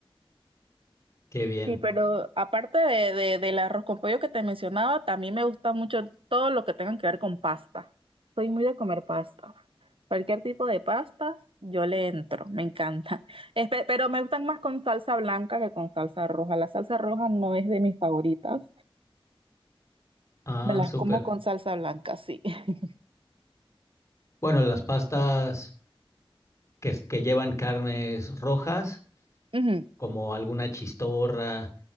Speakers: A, on the left; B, on the right.
A: Qué bien.
B: Sí, pero aparte de, de- del arroz con pollo que te mencionaba, también me gusta mucho todo lo que tenga que ver con pasta. Soy muy de comer pasta. Cualquier tipo de pastas, yo le entro, me encanta. <laughs> Espe- pero me gustan más con salsa blanca que con salsa roja. La salsa roja no es de mis favoritas.
A: Ah,
B: Me las
A: súper.
B: como con salsa blanca, sí. <laughs>
A: Bueno, las pastas que, es- que llevan carnes rojas,
B: Ujú.
A: como alguna chistorra,